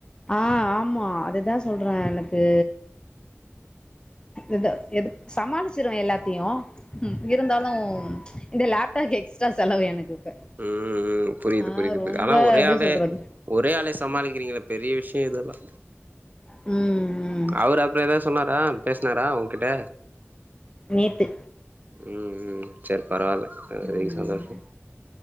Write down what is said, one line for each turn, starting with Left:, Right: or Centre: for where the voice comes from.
Left: ஆ ஆமா அதுதா சொல்றே எனக்கு எதா எது சமாளிச்சிருவே எல்லாத்தையு ம் இருந்தாலு இந்த லேப்டாப் எக்ஸ்ட்ரா செலவு எனக்கு
Right: ம் புரியுது
Left: ஆ
Right: புரியுது புரியுது
Left: ரொம்ப
Right: ஆனா ஒரே
Left: எப்டி
Right: ஆளே
Left: சொல்றது
Right: ஒரே ஆளே சமாளிக்கிறீங்களே பெரிய விஷயம் இதெல்லா
Left: உம் உம்
Right: அவரு அப்றோ ஏதாவது சொன்னாரா பேசுனாரா உங்கிட்ட
Left: நேத்து
Right: உம் உம் சேர் பரவால்ல அதுவரைக்கும்
Left: ம்
Right: சந்தோஷம்